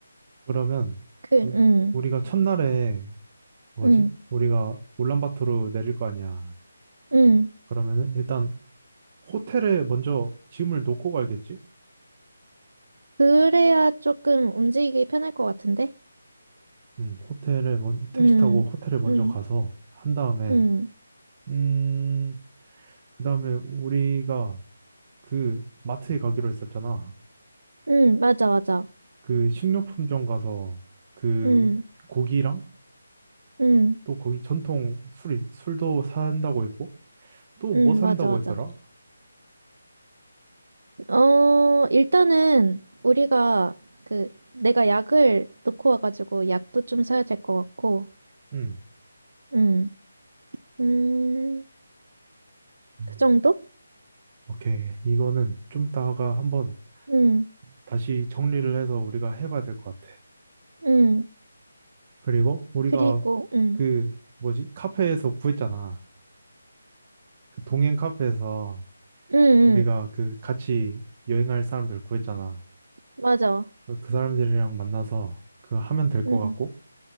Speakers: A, on the right; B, on the right.
A: 그러면
B: 그,
A: 우-
B: 응,
A: 우리가 첫날에 뭐지?
B: 응,
A: 우리가 울란바토르 내릴 거 아니야.
B: 응.
A: 그러면은 일단 호텔에 먼저 짐을 놓고 가야겠지?
B: 그래야 조금 움직이기 편할 것 같은데?
A: 음, 호텔에 먼, 택시
B: 응,
A: 타고 호텔에 먼저
B: 응,
A: 가서 한 다음에
B: 응,
A: 음, 그다음에 우리가 그 마트에 가기로 했었잖아.
B: 응, 맞아, 맞아.
A: 그 식료품점 가서 그
B: 응,
A: 고기랑
B: 응,
A: 또 거기 전통 술 있- 술도 산다고 했고 또
B: 응,
A: 뭐 산다고
B: 맞아, 맞아.
A: 했더라?
B: 어, 일단은 우리가 그, 내가 약을 놓고 와가지고 약도 좀 사야 될 것 같고,
A: 음.
B: 응, 음,
A: 음.
B: 그 정도?
A: 오케이. 이거는 좀 이따가 한번
B: 응,
A: 다시 정리를 해서 우리가 해봐야 될 것 같아.
B: 응.
A: 그리고 우리가
B: 그리고, 응,
A: 그 뭐지? 카페에서 구했잖아. 그 동행 카페에서
B: 응, 응,
A: 우리가 그 같이 여행할 사람들 구했잖아.
B: 맞아.
A: 그 사람들이랑 만나서 그 하면 될 것
B: 응,
A: 같고,